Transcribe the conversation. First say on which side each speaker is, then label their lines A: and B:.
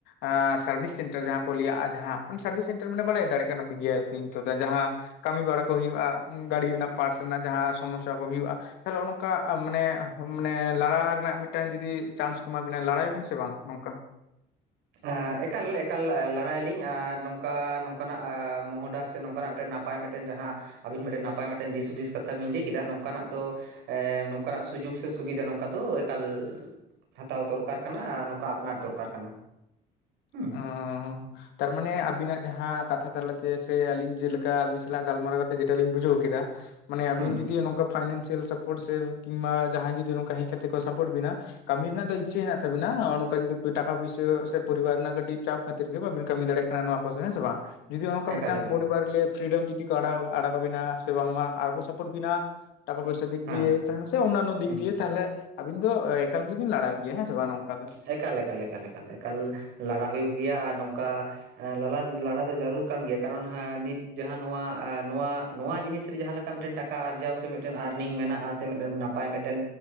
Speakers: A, on the left; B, on the right.
A: ᱟ ᱥᱟᱨᱵᱷᱤᱥ ᱥᱮᱱᱴᱟᱨ ᱡᱟᱦᱟᱸ ᱠᱚ ᱞᱟᱹᱭᱟᱜᱼᱟ ᱡᱟᱦᱟᱸ ᱢᱟᱱᱮ ᱥᱟᱨᱵᱷᱤᱥ ᱥᱮᱱᱴᱟᱨ ᱢᱟᱱᱮ ᱵᱟᱲᱟᱭ ᱫᱟᱲᱮᱜ ᱠᱟᱱ ᱜᱮᱭᱟ ᱵᱤᱱ ᱛᱚ ᱡᱟᱦᱟᱸ ᱠᱟᱹᱢᱤ ᱵᱟᱲᱟ ᱠᱚ ᱦᱩᱭᱩᱜᱼᱟ, ᱜᱟᱹᱰᱤ ᱨᱮᱱᱟᱜ ᱯᱟᱴᱥ ᱨᱮᱱᱟᱜ ᱡᱟᱦᱟᱸ ᱥᱚᱢᱚᱥᱭᱟ ᱠᱚ ᱦᱩᱭᱩᱜᱼᱟ᱾ ᱛᱟᱦᱞᱮ ᱚᱱᱠᱟ ᱢᱟᱱᱮ ᱢᱟᱱᱮ ᱞᱟᱲᱟ ᱨᱮᱱᱟᱜ ᱢᱤᱫᱴᱟᱝ ᱡᱩᱫᱤ ᱪᱟᱱᱥ ᱠᱚ ᱮᱢᱟ ᱵᱤᱱᱟ ᱞᱟᱲᱟᱭᱟᱵᱤᱱ ᱥᱮ ᱵᱟᱝ ᱱᱚᱝᱠᱟ᱾
B: ᱮᱸ ᱮᱠᱟᱞᱼᱮᱠᱟᱞ ᱞᱟᱲᱟᱭᱟᱞᱤᱧ ᱟᱨ ᱱᱚᱝᱠᱟ ᱱᱚᱝᱠᱟᱱᱟᱜ ᱟ ᱢᱚᱦᱰᱟ ᱥᱮ ᱱᱚᱝᱠᱟᱱᱟᱜ ᱢᱤᱫᱴᱮᱱ ᱱᱟᱯᱟᱭᱟᱜ ᱢᱮᱫ ᱴᱮᱱ ᱡᱟᱦᱟᱸ ᱟᱵᱤᱱ ᱢᱤᱴᱮᱱ ᱱᱟᱯᱟᱭ ᱢᱤᱴᱮᱱ ᱫᱤᱥ ᱦᱩᱫᱤᱫᱥ ᱠᱟᱛᱷᱟ ᱵᱤᱱ ᱞᱟᱹᱭ ᱠᱮᱫᱟ ᱱᱚᱝᱠᱟᱱᱟᱜ ᱫᱚ ᱮ ᱱᱚᱝᱠᱟᱱᱟᱜ ᱥᱩᱡᱩᱜᱽ ᱥᱮ ᱥᱩᱵᱤᱫᱷᱟ ᱱᱚᱝᱠᱟ ᱫᱚ ᱮᱠᱟᱞ ᱦᱟᱛᱟᱣ ᱫᱚᱨᱠᱟᱨ ᱠᱟᱱᱟ ᱟᱨ ᱱᱚᱝᱠᱟ ᱟᱯᱱᱟᱨ ᱫᱚᱨᱠᱟᱨ ᱠᱟᱱᱟ᱾ ᱦᱩᱸ
A: ᱚ ᱛᱟᱨᱢᱟᱱᱮ ᱟᱵᱤᱱᱟᱜ ᱡᱟᱦᱟᱸ ᱠᱟᱛ ᱛᱷᱟ ᱛᱟᱞᱟᱛᱮ ᱥᱮ ᱟᱹᱞᱤᱧ ᱡᱮᱞᱮᱠᱟ ᱟᱵᱤᱱ ᱥᱟᱞᱟᱜ ᱜᱟᱞᱢᱟᱨᱟᱣ ᱠᱟᱛᱮ ᱡᱮᱴᱟ ᱞᱤᱧ ᱵᱩᱡᱷᱟᱹᱣ ᱠᱮᱫᱟ᱾ ᱢᱟᱱᱮ ᱟᱵᱤᱱ
B: ᱦᱩᱸ
A: ᱡᱩᱫᱤ ᱱᱚᱝᱠᱟ ᱯᱷᱟᱭᱱᱮᱱ ᱥᱤᱭᱟᱞ ᱥᱟ ᱯᱳᱴ ᱥᱮ ᱠᱤᱝᱵᱟ ᱡᱟᱦᱟᱸᱭ ᱡᱩᱫᱤ ᱱᱚᱝᱠᱟ ᱦᱮᱡ ᱠᱟᱛᱮ ᱠᱚ ᱥᱟᱯᱳᱴ ᱵᱤᱱᱟ ᱠᱟᱹᱢᱤ ᱨᱮᱱᱟᱜ ᱫᱚ ᱤᱪᱪᱷᱟᱹ ᱢᱮᱱᱟᱜ ᱛᱟᱵᱤᱱᱟ ᱠᱟ ᱡᱩᱫᱤ ᱴᱟᱠᱟ ᱯᱩᱭᱥᱟᱹ ᱥᱮ ᱯᱚᱨᱤᱵᱟᱨ ᱨᱮᱱᱟᱜ ᱠᱟᱹᱴᱤᱡ ᱪᱟᱯ ᱠᱷᱟᱹᱛᱤᱨ ᱜᱮ ᱵᱟᱵᱤᱱ ᱠᱟᱹᱢᱤ ᱫᱟᱲᱮᱜ ᱠᱟᱱᱟ ᱱᱚᱣᱟ ᱠᱚ ᱦᱮᱸ ᱥᱮ ᱵᱟᱝ? ᱡᱩᱫᱤ ᱚᱱᱮ ᱚᱝᱠᱟ
B: ᱮᱠᱟᱞ
A: ᱢᱤᱫᱴᱟᱝ
B: ᱮᱠᱟᱞ
A: ᱯᱤᱵᱟᱨ ᱞᱤᱭᱮ ᱯᱷᱨᱤᱰᱚᱢ ᱡᱩᱫᱤ ᱠᱚ ᱟᱲᱟᱜ ᱟᱲᱟᱜᱽ ᱟᱵᱤᱱᱟ ᱥᱮ ᱵᱟᱝᱢᱟ ᱟᱨᱠᱚ ᱥᱟᱯᱳᱴ ᱵᱤᱱᱟ ᱴᱟᱠᱟ ᱯᱚᱭᱥᱟ ᱫᱤᱠ
B: ᱦᱮᱸ
A: ᱫᱤᱭᱮ ᱛᱟ ᱛᱚ ᱚᱱᱱᱟᱱᱚ ᱫᱤᱠ
B: ᱦᱩᱸ
A: ᱫᱤᱭᱮ ᱛᱟᱦᱞᱮ ᱟᱵᱤᱱ ᱫᱚ ᱮᱠᱟᱞ ᱜᱮᱵᱤᱱ ᱞᱟᱲᱟ ᱜᱮᱭᱟ ᱦᱮᱸ ᱥᱮ ᱵᱟᱝ ᱱᱚᱝᱠᱟ ᱫᱚ?
B: ᱮᱠᱟᱞ ᱮᱠᱟᱞ ᱮᱠᱟᱞ ᱮᱠᱟᱞ ᱮᱠᱟᱞ ᱞᱟᱲᱟ ᱦᱩᱭᱩᱜ ᱜᱮᱭᱟ ᱟᱨ ᱱᱚᱝᱠᱟ ᱞᱟᱞᱟ ᱞᱟᱲᱟ ᱫᱚ ᱡᱟᱹᱨᱩᱲ ᱠᱟᱱ ᱜᱮᱭᱟ ᱠᱟᱨᱚᱱ ᱦᱟ ᱱᱤᱛ ᱡᱟᱦᱟᱸ ᱱᱚᱣᱟ ᱮ ᱱᱚᱣᱟ, ᱱᱚᱣᱟ ᱡᱤᱱᱤᱥ ᱨᱮ ᱡᱟᱦᱟᱸ ᱞᱮᱠᱟ ᱢᱤᱫᱴᱮᱱ ᱴᱟᱠ ᱠᱟ ᱟᱨᱡᱟᱣ ᱥᱮ ᱢᱤᱴᱮᱱ ᱟᱨᱱᱤᱝ ᱢᱮᱱᱟᱜᱼᱟ ᱥᱮ ᱢᱤᱴᱮᱱ ᱱᱟᱯᱟᱭ ᱢᱤᱴᱮᱱ